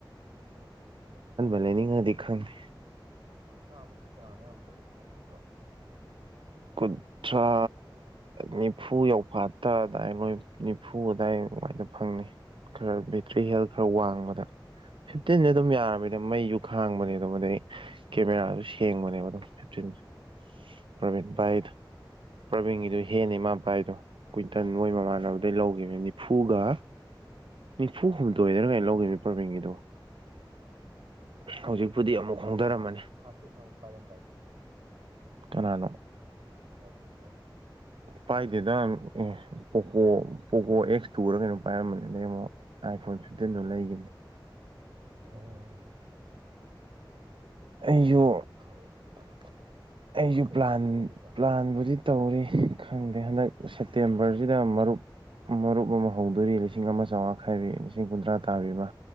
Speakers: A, on the right (about 75°); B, on the right (about 85°).
A: ꯎꯝ ꯐꯤꯐꯇꯤꯟꯤꯟꯗꯇ
B: ꯂꯩꯅꯤꯡꯉꯗꯤ ꯈꯪꯗꯦ
A: ꯀꯨꯟꯊ꯭ꯔꯥꯃꯨꯛꯀꯤ ꯆꯥꯡ ꯑ꯭ꯋꯥꯏꯃꯨꯛꯇ ꯐꯪꯉꯃꯣꯏꯗ꯭ꯔꯣ <inaudible>
B: ꯈꯨꯠ ꯇ꯭ꯔꯥ ꯅꯤꯐꯨ ꯌꯧꯐꯥꯠꯇ ꯑꯗꯨꯗꯥꯏ ꯂꯣꯏ ꯅꯤꯐꯨ ꯑꯗꯨꯋꯥꯏ ꯐꯪꯉꯤ ꯈꯔ ꯕꯦꯇ꯭ꯔꯤ ꯍꯦꯜꯊ ꯈꯔ ꯋꯥꯡꯕꯗ ꯐꯤꯐꯇꯤꯟꯁꯦ
A: ꯎꯝ
B: ꯑꯗꯨꯝ ꯌꯥꯔꯕꯗ ꯃꯩ ꯁꯨ ꯈꯥꯡꯕꯅꯦ ꯑꯗꯨꯒꯗꯤ ꯀꯦꯃꯦꯔꯥꯁꯨ ꯁꯦꯡꯕꯅꯦꯕ ꯑꯗꯨꯝ ꯐꯤꯞꯇꯤꯟꯁꯦ ꯄ꯭ꯔꯕꯤꯟ
A: ꯎꯝ
B: ꯚꯥꯏꯗ ꯄ꯭ꯔꯕꯤꯟꯒꯤꯗꯨ ꯍꯦꯟꯅꯤ ꯃꯥ ꯄꯥꯏꯗꯣ ꯀꯨꯋꯟꯇꯜ ꯃꯣꯏ ꯃꯃꯥꯟꯅꯕꯗꯩ ꯂꯧꯒꯤꯕꯅꯦ ꯅꯤꯐꯨꯒ ꯅꯤꯐꯨ ꯍꯨꯝꯗꯣꯏꯗꯔ ꯀꯩꯅꯣ ꯂꯧꯒꯤꯕꯅꯤ ꯄ꯭ꯔꯕꯤꯟꯒꯤꯗꯣ
A: <inaudible>
B: ꯍꯧꯖꯤꯛꯄꯨꯗꯤ ꯑꯃꯨꯛ
A: ꯃꯥ
B: ꯍꯣꯡꯗꯔꯝꯃꯅꯤ
A: ꯊꯥꯔꯇꯤꯟ ꯊꯥꯔꯇꯤꯟ ꯑꯃ ꯄꯥꯏꯔꯝꯗꯥꯏꯅꯦ
B: ꯀꯅꯥꯅꯣ
A: ꯄ꯭ꯔꯕꯤꯟꯕꯣ
B: ꯄꯥꯏꯗꯦꯗ ꯑꯦ ꯄꯣꯀꯣ ꯄꯣꯀꯣ ꯑꯦꯛꯁ ꯇꯨꯔ ꯀꯩꯅꯣ ꯄꯥꯏꯔꯝꯕꯅꯦ ꯑꯗꯩ ꯑꯃꯨꯛ ꯑꯥꯏ ꯐꯣꯟ ꯐꯤꯞꯇꯤꯟꯗꯣ ꯂꯩꯒꯤꯝꯅꯦ
A: ꯎꯝ
B: ꯑꯩꯖꯨ
A: <unintelligible> ꯅꯪꯅ
B: ꯑꯩꯁꯨ
A: ꯀꯩ
B: ꯄ꯭ꯂꯥꯟ
A: ꯂꯩꯒꯦ ꯈꯜꯂꯤꯕ
B: ꯄ꯭ꯂꯥꯟꯕꯨꯗꯤ ꯇꯧꯔꯤ ꯈꯪꯗꯦ ꯍꯟꯗꯛ ꯁꯦꯞꯇꯦꯝꯕꯔꯁꯤꯗ ꯃꯔꯨꯞ ꯃꯔꯨꯞ ꯑꯃ ꯍꯧꯗꯣꯔꯤ ꯂꯤꯁꯤꯡ ꯑꯃ ꯆꯧꯉꯥ ꯈꯥꯏꯕꯤ ꯂꯤꯁꯤꯡ ꯀꯨꯟꯊ꯭ꯔꯥ ꯇꯥꯕꯤꯕ